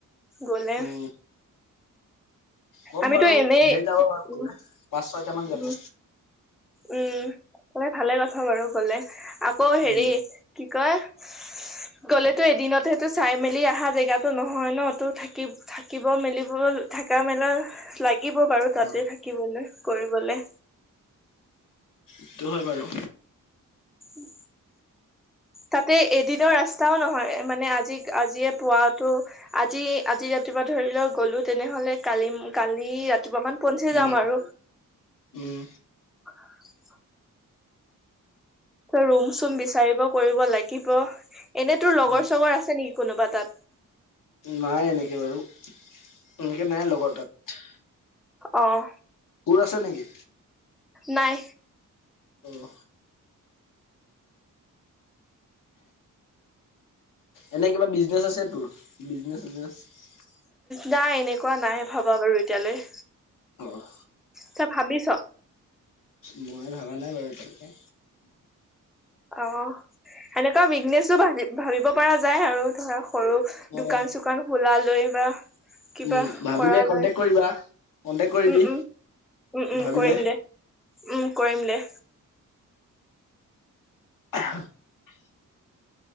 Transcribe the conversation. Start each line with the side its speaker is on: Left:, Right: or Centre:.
Centre: গ'লে
Left: উম, ক'ম
Centre: আমিতো
Left: বাৰু
Centre: এনেই
Left: ধেৰি যাব বাৰু
Centre: উম,
Left: পাঁচ ছয়টা মান
Centre: উম,
Left: যাব।
Centre: উম সবে ভালে কথা বাৰু কলে আকৌ হেৰি
Left: উম,
Centre: কি। <unintelligible> গ'লেতো এদিনতটো চাই মেলি অহা জেগাতো নহয় ন তো থাকি থাকিব মেলিব থকা মেলা লাগিব বাৰু তাতে
Left: অ
Centre: থাকিবলৈ কৰিবলে
Left: সেইটো হয় বাৰু
Centre: উম। তাতে এদিনৰ ৰাস্তাও নহয় মানে আজি-আজিয়ে পোৱাতো আজি-আজি ৰাতিপুৱা ধৰি লও গ'লো তেনেহ'লে কালি-কালি ৰাতিপুৱা মান পঞ্চি
Left: উম
Centre: যাম আৰু
Left: উম
Centre: <unintelligible> ৰুম চুম বিচাৰিব কৰিব লাগিব এনে তোৰ লগৰ-চগৰ
Left: উম,
Centre: আছে নেকি? কোনোবা তাত
Left: নাই এনেকে বাৰু এনেকে নাই লগৰ তাত
Centre: অঁ
Left: কোৰ আছে নেকি?
Centre: নাই
Left: উম। এনে কিবা বিজনেচ আছে তোৰ বিজনেচ-চিজনেছ
Centre: নাই এনেকুৱা নাই ভবা বাৰু এতিয়ালৈ
Left: অঁ
Centre: ত‌ই ভাবিছ
Left: মই ভাবা নাই বাৰু তেনেকে
Centre: অ সেনেকুৱা বিগনেছো ভবি-ভাবিব পৰা যায় আৰু ধৰক সৰু
Left: অ'
Centre: দোকা-চোকান খোলা লৈ বা কিবা
Left: উম, ভাবিলে
Centre: কৰা
Left: কন্টেক
Centre: লয়
Left: কৰিবা, কন্টেক কৰিবি
Centre: উম-উম উম-উম
Left: ভাবিলে।
Centre: কৰিম দে উম কৰিম দে
Left: <unintelligible>